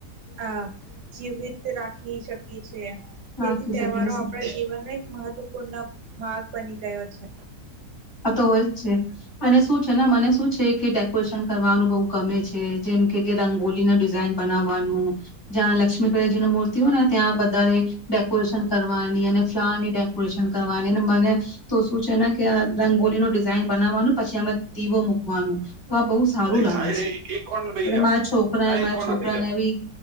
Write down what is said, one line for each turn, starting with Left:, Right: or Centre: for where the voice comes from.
Right: આ જીવિત રાખી શકી એ છે. છે
Left: સાચી
Right: તેથી તહેવારો
Left: સખી
Right: આપણા જીવનના એક મહત્વપૂર્ણ ભાગ બની ગયો છે.
Left: આ તો હોય જ છે અને શું છે ને મને શું છે કે ડેકોરેશન કરવાનું બહુ ગમે છે જેમ કે કે રંગોલી ન ડિઝાઇન બનાવવાનું જ્યાં લક્ષ્મીકડજીની મૂર્તિ હોય ને ત્યાં વધારે ડેકોરેશન કરવાની અને ફ્લાવર ની ડેકોરેશન કરવાની અને મને તો શું છે ને કે રંગોલી નો ડિઝાઇન બનાવવાનું પછી આમાં દીવો મૂકવાનું તો આ બહુ સારું
Right: દેખ
Left: લાગે
Right: સાઈડ
Left: છે
Right: એક કોણ રહી
Left: અને
Right: જા
Left: મારા છોકરા
Right: આ
Left: મારા
Right: એક કોણ
Left: છોકરા
Right: નથી જા
Left: ને એવી